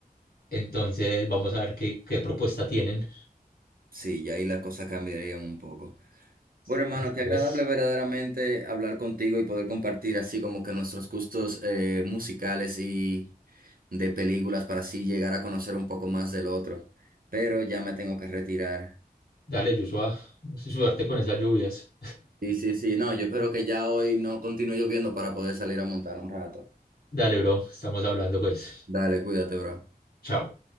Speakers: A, on the left; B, on the right.
A: entonces vamos a ver qué, qué propuesta tienen.
B: sí, y ahí las cosas cambiarían un poco. Bueno, hermano,
A: Así
B: qué agradable
A: es.
B: verdaderamente hablar contigo y poder compartir así como que nuestros gustos eh, musicales y de películas para así llegar a conocer un poco más del otro. Pero ya me tengo que retirar.
A: Dale, Joshua, suerte con esas lluvias.
B: Sí, sí, sí, no, yo espero que ya hoy no continúe lloviendo para poder salir a montar un rato.
A: Dale, bro, estamos hablando pues.
B: Dale, cuídate, bro.
A: Chao.